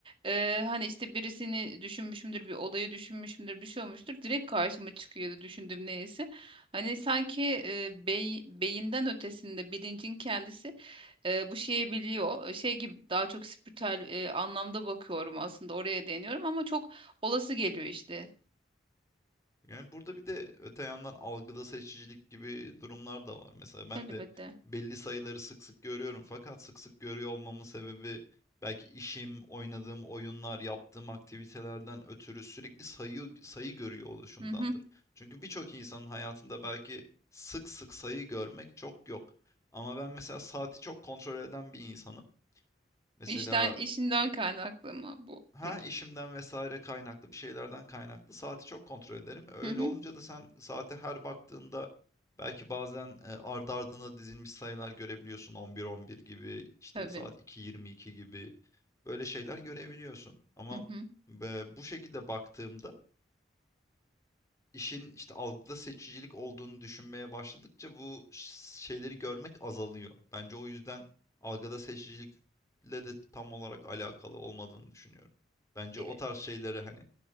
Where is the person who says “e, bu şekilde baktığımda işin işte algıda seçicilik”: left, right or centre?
Left